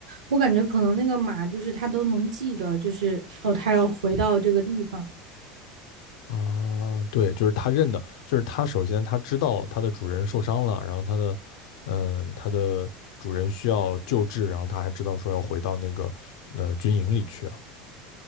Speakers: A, on the right; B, on the left.
A: 我感觉可能那个马就是他都能记得，就是哦，他要回到这个地方，
B: 啊，对，就是他认的，就是他首先他知道他的主人受伤了，然后他的，嗯，他的主人需要救治，然后他还知道说要回到那个呃军营里去啊，